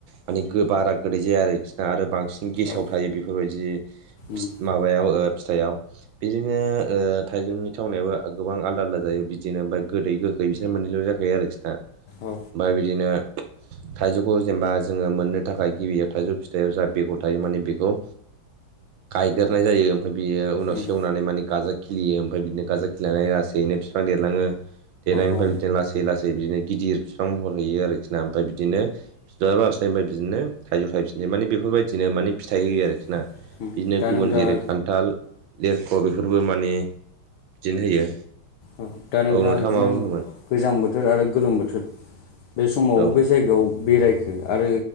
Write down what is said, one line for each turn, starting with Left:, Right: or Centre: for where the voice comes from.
Right: माने बारा गोदै जाया आरोखिरना आरो बांसिन गेसाव
Left: औ
Right: थायो बेफोरबायदि फि
Left: उम
Right: माबायाव फिथाइयाव। बिदिनो ओ थाइजौनि थावनायाबो गोबां आलदा आलदा जायो बिदिनो ओमफ्राय गोदै गो खै बिसोरना मोननै ज' जाखायो आरोखिना
Left: औ
Right: बा बिदिनो थाइजौखौ जेनबा जोङो मोननो थाखाय गिबियाव थाइजौ फिथाइयाव जा बेगर थायो माने बेखौ गायग्रोनाय जायो ओमफ्राय बियो उनाव
Left: उम
Right: सेवनानै माने गाजा खिलियो ओमफ्राय बिदिनो गारजा खिलिनानै लासैनो बिफां देरलाङो देरनायनि
Left: देरलाङो
Right: ओमफ्राय
Left: औ
Right: बिदिनो लासै ला सै बिदिनो गिदिर बिफां महर हैयो आरोखिना ओमफ्राय बिदिनो बिबारसै ओफ्राय बिदिनो थाइजौ थायफिननो माने बेफोरबायदिनो माने फिथाइ
Left: औ
Right: होयो आरोखि ना
Left: होयो आरो
Right: बिदिनो
Left: दा
Right: गुबुन
Left: नोंथाङा
Right: जेरै खान थाल लेरख' बेफोरबो माने बिदिनो होयो।
Left: औ दा नोंथांङा
Right: नोंथाङा
Left: बिदिनो
Right: माबा बुंदोंमोन
Left: गोजां बोथोर आरो गोलोम बोथोर बे समाव
Right: औ
Left: बे जायगायाव बेरायखो आरो